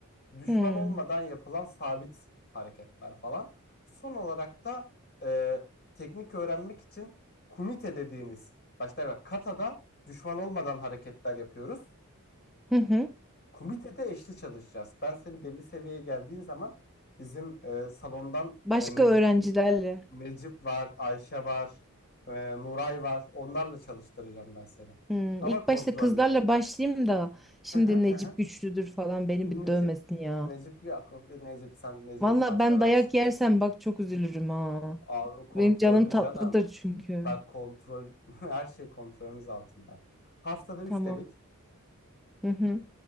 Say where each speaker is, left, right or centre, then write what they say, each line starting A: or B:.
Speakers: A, on the left; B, in the centre.
A: Düşman
B: Hmm.
A: olmadan yapılan sabit hareketler falan. Son olarak da e, teknik öğrenmek için kumite dediğimiz başta bak katada düşman olmadan hareketler yapıyoruz.
B: Hı hı.
A: Komitede eşli çalışacağız. Ben seni belli seviyeye geldiğin zaman bizim e, salondan
B: Başka
A: e, Necip
B: öğrencilerle.
A: Necip var, Ayşe var, e, Nuray var. Onlarla çalıştıracağım ben seni.
B: Hmm.
A: Ama
B: İlk
A: kontrollü.
B: başta kızlarla başlayayım da şimdi
A: Hı hı hı.
B: Necip
A: hı.
B: güçlüdür falan beni bir
A: Necip
B: dövmesin ya.
A: Necip yok. Necip sen Necip'i
B: Valla
A: parçalarsın.
B: ben dayak yersem bak çok üzülürüm ha.
A: Aa, o kontrollü
B: Benim canım tatlıdır
A: canım.
B: çünkü.
A: Bak kontrol <laughs> her şey kontrolümüz altında. Haftada 3
B: Tamam.
A: dedik.
B: Hı hı.